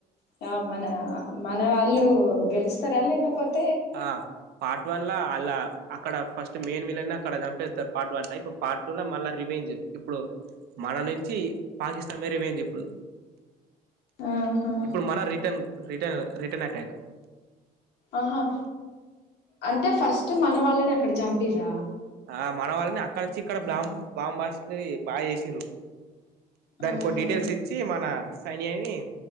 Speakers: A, on the left (about 75°); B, on the right (about 70°).
A: ఆ మన మన వాళ్ళు గెలుస్తారు లేకపోతే
B: ఆ పార్ట్ట్ వన్లా అలా అక్కడ ఫస్ట్ మైన్ విలన్ అక్కడ చంపేస్తారు పార్ట్ వన్ల ఇప్పుడు పార్ట్ టూలా మళ్ళా రివేంజ్ ఇప్పుడు మన నుంచి పాకిస్తాన్ మేద రివేంజ్ ఇప్పుడు
A: ఆహా
B: ఇప్పుడు మన రిటన్ రిట రిటర్న్ అటాక్
A: ఆహా అంటే ఫస్ట్ మన వాళ్ళని అక్కడ చంపిరా
B: ఆ మన వాళ్ళని అక్కడ నుంచి ఇక్కడ బాం బాంబాస్లు బాగా చేసిరు దానికి
A: ఆహా
B: కొన్ని డీటెయిల్స్ ఇచ్చి మన సైన్యాని